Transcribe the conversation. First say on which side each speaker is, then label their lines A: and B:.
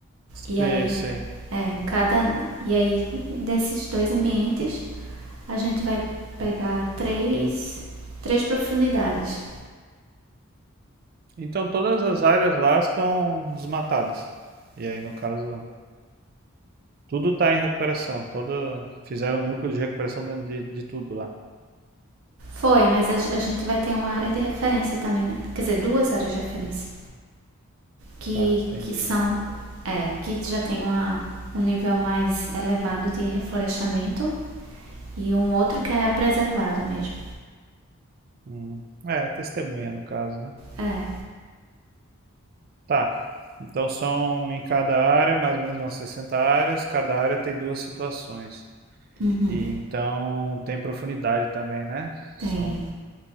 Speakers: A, on the right; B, on the right.
A: E
B: sei,
A: aí,
B: sei.
A: é, em cada. E aí, desses dois ambientes, a gente vai pegar três, três profundidades.
B: Então todas as áreas lá são desmatadas. E aí, no caso, tudo tá em recuperação. Toda, fizeram núcleo de recuperação dentro de, de tudo lá.
A: Foi, mas a, a gente vai ter uma área de referência também, né? Quer dizer, duas áreas de referência. que,
B: Tá, entendi.
A: que são é, que já tem uma, um nível mais elevado de reflorestamento e um outro que é preservado mesmo.
B: Hum, é, testemunha no caso, né?
A: É,
B: Tá. Então são em cada área, mais ou menos umas 60 áreas. Cada área tem duas situações.
A: uhum,
B: E então tem profundidade também, né? São
A: tem